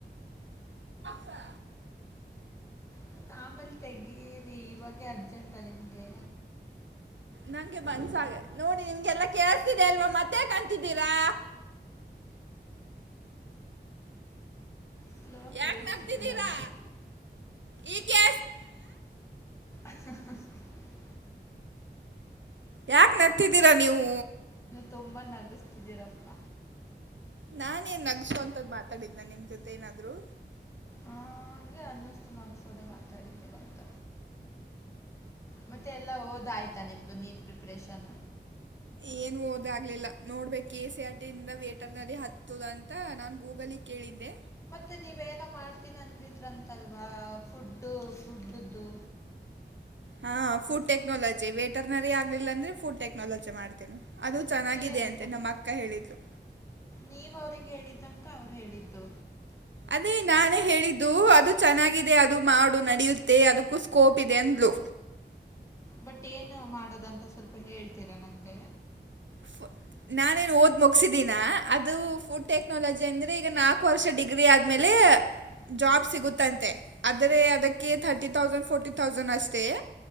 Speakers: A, on the right (about 85°); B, on the left (about 15°).
A: ಬ
B: ಮತ್ತು ಆಮೇಲೆ ತೆಗೀರಿ ಇವಾಗೇ ಅರ್ಜೆಂಟಾ ನಿಮಗೆ
A: ನಂಗೆ ಬನ್ಸಾಗ ನೋಡಿ ನಿಮ್ಗೆಲ್ಲಾ ಕೇಳಸ್ತಿದೆ ಅಲ್ವಾ ಮತ್ತೆ ಕಂತಿದ್ದೀರಾ
B: ಸ್ಲೋ
A: ಯಾಕ
B: ಕೇಳಿಸ್ತಿತ್ತು
A: ನಡ್ತಿದ್ದೀರಾ
B: ನಮಗೆ
A: ಈ ಕೆ
B: ಹ
A: ಯಾಕ ನಡ್ತಿದ್ದೀರಾ ನೀವು
B: ತುಂಬಾ ನಗಿಸ್ತಿದ್ದೀರಪ್ಪ
A: ನಾ ನ್ ನಗಸೋ ಅಂತದ್ದ್ ಮಾತಾಡಿದ್ನ ನಿಮ್ ಜೊತೆ ಏನಾದ್ರು
B: ಆ, ಹಂಗೆ ಅನ್ನ್ತು ನಗಸೋದೆ ಮಾತಾಡಿದ್ದೀರಂತ ಮತ್ತೆ ಎಲ್ಲ ಹಓದ ಆಯ್ತಾ ನಿಮ್ದು ನೀಟ್ ಪ್ರಿಪರೇಷನ್
A: ಏನು ಓದಾಗಗ್ಲಿಲ್ಲ ನೋಡ್ಬೇಕು ಎ ಸಿ ಆರ್ ಟಿಂದ ವೇಟರ್ ನದ ಹತ್ತದ ಅಂತ ನಾನ್ ಗೂಗಲ್ ಕೇಳಿದ್ದೆ
B: ಮತ್ತೆ ನೀವೇನೋ ಮಾಡ್ತೀನಿ ಅಂದಿದ್ರಂತಲ್ವಾ ಫುಡ್ಡು ಫುಡ್ಡ್ದು
A: ಹಾ ಫುಡ್ ಟೆಕ್ನಾಲಜಿ ವೆಟರ್ನರಿ ಆಗ್ಲಿಲ್ಲ ಅಂದ್ರೆ ಫುಡ್ ಟೆಕ್ನಾಲಜಿ ಮಾಡ್ತೇನಿ ಅದು ಚೆನ್ನಾಗಿದೆ
B: ಏನು
A: ಅಂತೆ
B: ಫುಡ್
A: ನಮ್ಮ ಅಕ್ಕ ಹೇಳಿದ್ಲು
B: ನೀವು ಅವ್ರಿಗೆ ಹೇಳಿದ್ದಂತ ಅವ್ರು ಹೇಳಿದ್ದು
A: ಅದೇ ನಾನೇ ಹೇಳಿದ್ದು ಅದು ಚೆನ್ನಾಗಿದೆ ಅದು ಮಾಡು ನಡಿಯುತ್ತೆ ಅದಕ್ಕೂ ಸ್ಕೋಪ್ ಇದೆ ಅಂದ ಹಲೋ
B: ಬಟ್ ಏನು ಮಾಡೋದಂತ ಸ್ವಲ್ಪ ಹೇಳ್ತೀರಾ ನನಗೆ
A: ಫು ನಾನೇನ್ ಓದ್ ಮುಗಸಿದೀಿನ ಅದು ಫುಡ್ ಟೆಕ್ನಾಲಜಿ ಅಂದ್ರೆ ಈಗ ನಾಲ್ಕು ವರ್ಷ ಡಿಗ್ರಿ ಆದ್ಮೇಲೆ
B: ಹ
A: ಜಾಬ್ ಸಿಗುತ್ತಂತೆ ಆದ್ರ ಅದಕ್ಕೆ ತರ್ಟಿ ತೌಸಂಡ್ ಫೋರ್ಟಿ ತೌಸಂಡ್ ಅಷ್ಟೇ